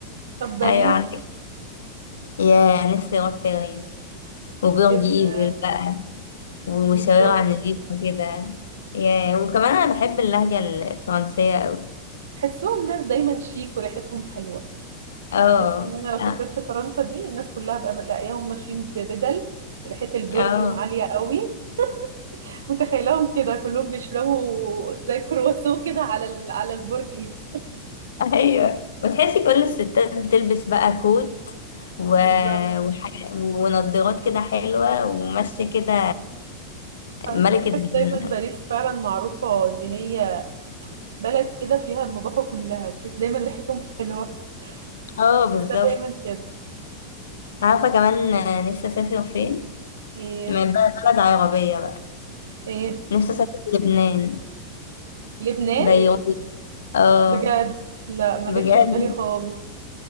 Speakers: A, on the right (about 65°); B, on the left (about 65°).
A: طب باريس
B: ايوه عندك ياه نفسي اروح باريس وبيرج
A: جدا
B: ايفل بقى ومشاوير
A: بالظبط
B: نظيفة كده ياه وكمان انا بحب اللهجة الفرنسية اوي
A: تحسهم ناس دايما شيك وريحتهم حلوة
B: اه
A: يعني احس ان انا لو سافرت
B: اه
A: فرنسا دي الناس كلها بقى لاقياهم ماشيين ببدل ريحة البرفيوم
B: آه.
A: عالية قوي <laughs> متخيلهم كده كلهم بيشربوا زي كرواسون كده على ال... على البرج ايفل
B: ايوه وتحسي كل الستات بتلبس بقى كوت و...
A: بالظبط
B: وح... ونضارات كده حلوة وماشية كده
A: حاسة-
B: ملكة
A: بحس
B: زمانها
A: دايما باريس فعلا معروفة ان هي بلد كده فيها النظافة كلها تحس دايما ريحتهم حلوة
B: اه
A: تحسها
B: بالظبط
A: دايما كده
B: عارفة كمان نفسي اسافر فين
A: ايه
B: من بقى بلد عربية بقى
A: ايه
B: نفسي اسافر لبنان
A: لبنان
B: بيروت اه
A: بجد لا ما
B: بجد
A: جاتش في بالي خالص